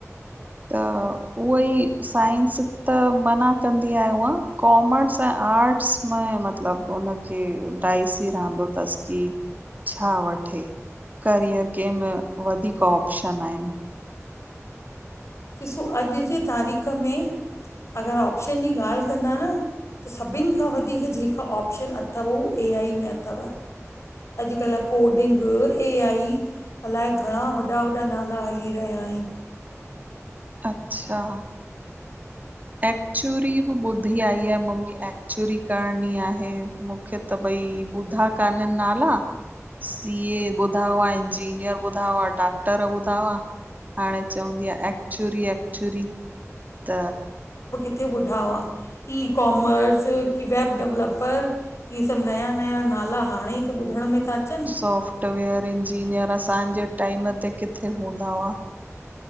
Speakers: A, on the right; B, on the left.
A: त उहई साइंस त मना कंदी आहे उअ कॉमर्स ऐं आर्ट्स में मतलब उनखे डायसी रहंदो तस की छा वठे? करियर कंहिंमें वधीक ऑप्शन आहिन।
B: ॾिसो अॼ जे तारीख़ में अगर ऑप्शन जी ॻाल्ह कंदा न त सभिन खां वधीक जेका ऑप्शन अथव उहा ए आई में अथव। अॼकल्ह कोडिंग ॻ ए आई अलाए घणा वॾा वॾा नाला हली रहिया आहिन।
A: अच्छा एक्चुरी बि ॿुधी आई आहे। म म्मी एक्चुरी करणी आहे मूंखे त भई ॿि ॿुधा कानन नाला सीए ॿुधा हुआ। इंजीनियर ॿुधा हुआ। डॉक्टर ॿुधा हुआ हाणे चवंदी आहे एक्चुरी एक्चुरी त
B: के ॿुढा हुआ ई कॉमर्स की वैब डेवलपर। इहे सभ नया -नया नाला हाणे ई त ॿुधण में था अचनि
A: सोफ्टवेयर इंजीनियर असांजे टाइम ते किथे हूंदा हुआ।